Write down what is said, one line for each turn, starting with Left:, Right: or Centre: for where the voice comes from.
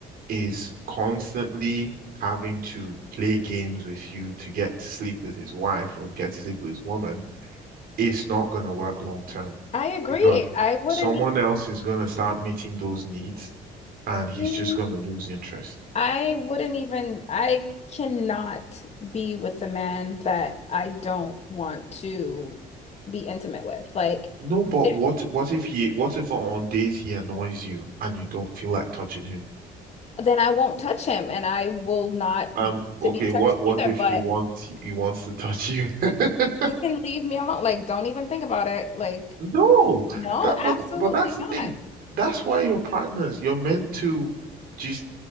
Right: is constantly having to play games with you to get to sleep with his wife or get to sleep with his woman, it's not going to work long term
Left: I agree.
Right: because
Left: I wouldn't
Right: someone else is going to start meeting those needs and he's
Left: even,
Right: just going to lose interest.
Left: I wouldn't even, I cannot be with a man that I don't want to be intimate with. Like,
Right: No, but
Left: if
Right: what what if he what if on days he annoys you and you don't feel like touching him?
Left: I, then I won't touch him and I will not
Right: Um,
Left: want
Right: okay,
Left: to be touched
Right: what what
Left: either.
Right: if
Left: But
Right: he wants he wants to touch you? <laughs>
Left: you can leave me alone. Like, don't even think about it. Like,
Right: No,
Left: no,
Right: that but
Left: absolutely
Right: but that's the
Left: not.
Right: thing. That's why you're partners. You're meant to just